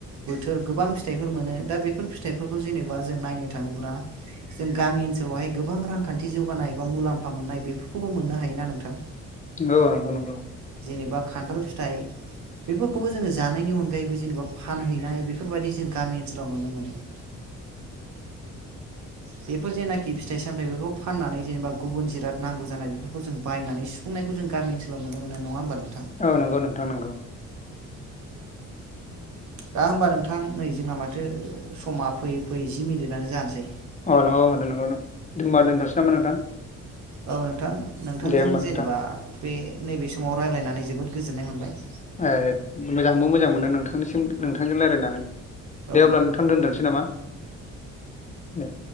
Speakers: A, on the right; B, on the left.
A: बोथोर गोबां फिथाइ मोनो दा बेफोर फिथाइफोरखौ जेनेबा जों नायनो थाङोब्ला जों गामि ओनसोलावहाय गोबां रांखान्थि जौगानाय बा मुलाम्फा मोननाय बेफोरखौबो मोननो हायोना नोंथां।?
B: औ नंगौ नंगौ।
A: जेनेबा खान्थाल फिथाइ बेफोरखौबो जोङो जानायनि अनगायैबो जेनेबा फानहैनाय बेफोरबायाददि जों गामि ओनसोलाव नुनो मोनो। <inaudible> बेफोर जेनाखि फिथाइ सामथायाइ बेफोरखौ फाननानै जेनेबा गुबुन जिराद नांगौ जानाय बेफोरखौ जों बायनानै सुफुंनाय जों गामि ओनसोलाव नुनो मोनो नङा ओनबा नों
B: औ नंगौ नोंथां नंगौ
A: दा होमबा नोंथां नै जोंना माथो समा फैयै फैयै जि मिनिटआनो जानोसै
B: अ नंगौ <unintelligible> ओमबा दोनथनोसै नामा नोंथां?
A: औ नोंथां नोंथांजों
B: दे होमबा
A: जेनेबा
B: नोंथां
A: बे नैबे समाव रायलायनानै जोबोद गोजोननाय मोनबाय।
B: ए मोजांबो मोजां मोनो नोंथांनिसिम नोंथांजों रायजलायनानै।
A: औ
B: दे अब्ला नोंथां दोनथसै नामा दे